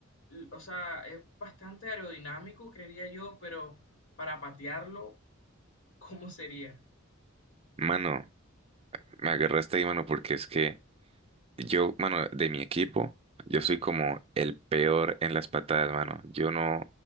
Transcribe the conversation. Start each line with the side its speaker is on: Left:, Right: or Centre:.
Left: o sea, es bastante aerodinámico, creería yo, pero para patearlo ¿Cómo sería?
Right: Mano, me agarraste ahí, mano, porque es que yo, mano, de mi equipo, yo soy como el peor en las patadas, mano. Yo no.